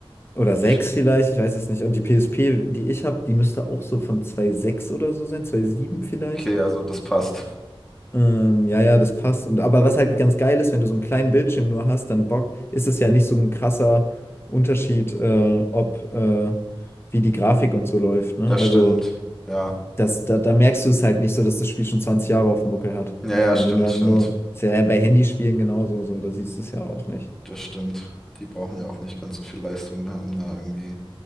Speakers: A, on the left (about 25°); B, in the centre.
A: oder 6
B: sch-
A: vielleicht, ich weiß es nicht. Und die PSP, die ich habe, die müsste auch so von 2006 oder so sein, 2007 vielleicht.
B: Okay, also das passt.
A: Ähm, ja, ja, das passt. Und, aber was halt ganz geil ist, wenn du so einen kleinen Bildschirm nur hast, dann bock, ist es ja nicht so ein krasser Unterschied, äh, ob äh, wie die Grafik und so läuft, ne?
B: Das
A: Also.
B: stimmt. Ja.
A: Das, da, da merkst du es halt nicht so, dass das Spiel schon 20 Jahre auf dem Buckel hat.
B: Ja, ja,
A: Wenn
B: stimmt,
A: du da
B: stimmt.
A: nur, ist ja bei Handyspielen genauso, so, da siehst du es ja auch nicht.
B: Das stimmt. Die brauchen ja auch nicht ganz so viel Leistung, ne? Um da irgendwie.